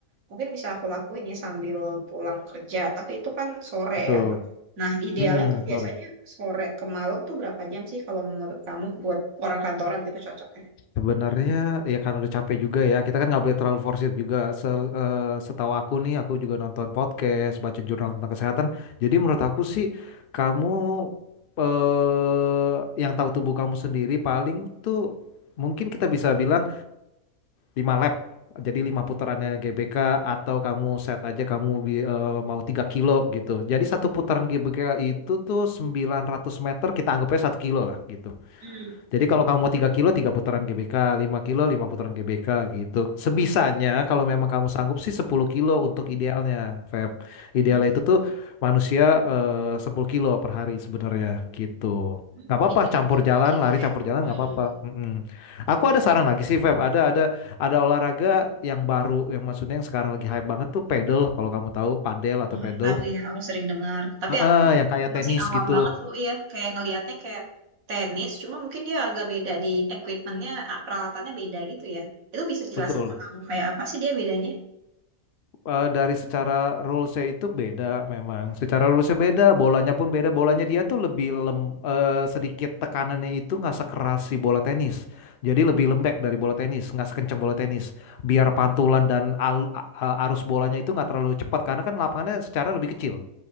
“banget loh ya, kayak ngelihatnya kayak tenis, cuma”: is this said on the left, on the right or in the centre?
Right